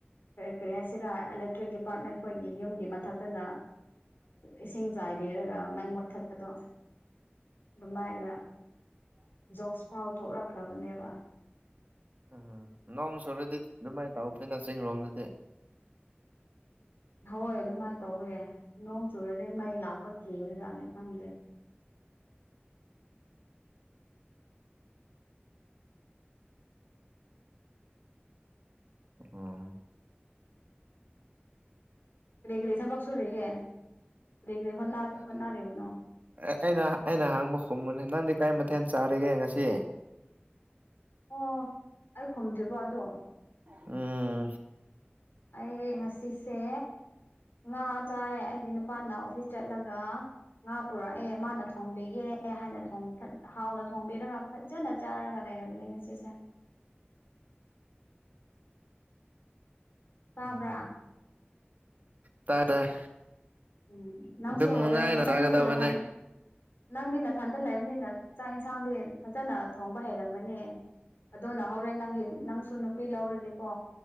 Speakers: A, on the left; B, on the right.
A: ꯑꯦ ꯀꯔꯤ ꯍꯥꯏꯁꯤꯔꯥ ꯏꯂꯦꯛꯇ꯭ꯔꯤꯛ ꯗꯤꯄꯥꯔꯠꯃꯦꯟ ꯈꯣꯏꯒꯤ ꯌꯨꯝꯒꯤ ꯃꯊꯛꯇꯅ ꯏꯁꯤꯡ ꯆꯥꯏꯕꯤꯔꯒ ꯃꯩ ꯃꯨꯠꯊꯠꯄꯗꯣ ꯑꯗꯨꯃꯥꯏꯅ ꯖꯣꯛꯁ ꯐꯥꯎ ꯊꯣꯛꯂꯛꯈ꯭ꯔꯕꯅꯦꯕ
B: ꯎꯝ ꯅꯣꯡ ꯆꯨꯔꯗꯤ ꯗꯨꯃꯥꯏ ꯇꯧꯕꯅꯤꯅ ꯆꯤꯡ ꯔꯣꯝꯗꯗꯤ
A: ꯍꯣꯏ ꯑꯗꯨꯃꯥꯏꯅ ꯇꯧꯋꯦ ꯅꯣꯡ ꯆꯨꯔꯗꯤ ꯃꯩ ꯂꯥꯛꯄ ꯀꯤꯕꯖꯥꯠꯅꯦ ꯈꯪꯗꯦ
B: ꯑꯣ
A: ꯀꯔꯤ ꯀꯔꯤ ꯊꯕꯛ ꯁꯨꯔꯤꯒꯦ ꯀꯔꯤ ꯀꯔꯤ ꯍꯣꯠꯅꯔꯤꯕꯅꯣ
B: ꯑꯦ ꯑꯩꯅ ꯑꯩꯅ ꯍꯥꯡꯕ ꯈꯨꯝꯃꯨꯅꯦ ꯅꯪꯗꯤ ꯀꯩ ꯃꯊꯦꯜ ꯆꯥꯔꯤꯒꯦ ꯉꯁꯤ
A: ꯑꯣ ꯑꯩ ꯈꯨꯝꯗ꯭ꯔꯤꯕꯣ ꯑꯗꯣ
B: ꯎꯝ
A: ꯑꯩ ꯉꯁꯤꯁꯦ ꯉꯥ ꯆꯥꯏꯌꯦ ꯑꯩꯒꯤ ꯅꯨꯄꯥꯅ ꯑꯣꯐꯤꯁ ꯆꯠꯂꯒ ꯉꯥ ꯄꯨꯔꯛꯑꯦ ꯃꯥꯅ ꯊꯣꯡꯕꯤꯒꯦ ꯍꯥꯏꯅ ꯍꯥꯎꯅ ꯊꯣꯡꯕꯤꯔꯒ ꯐꯖꯅ ꯆꯥꯔꯒ ꯂꯩꯔꯕꯅꯦ ꯉꯁꯤꯁꯦ ꯇꯥꯕ꯭ꯔꯥ
B: ꯎꯝ ꯇꯥꯏ ꯇꯥꯏ
A: ꯎꯝ ꯅꯪꯁꯨ
B: ꯑꯗꯨꯝ
A: ꯍꯧꯔꯦꯟ
B: ꯅꯨꯡꯉꯥꯏꯅ
A: ꯅꯪꯗꯤ
B: ꯆꯥꯒꯗꯕꯅꯦ
A: ꯅꯥꯊꯟ ꯅꯪꯗꯤ ꯅꯊꯟꯇ ꯂꯩꯕꯅꯤꯅ ꯆꯥꯛ ꯏꯟꯁꯥꯡꯗꯤ ꯐꯖꯟꯅ ꯊꯣꯡꯕ ꯍꯩꯔꯝꯒꯅꯤ ꯑꯗꯨꯅ ꯍꯧꯔꯦꯟ ꯅꯪꯒꯤ ꯅꯪꯁꯨ ꯅꯨꯄꯤ ꯂꯧꯔꯗꯤꯀꯣ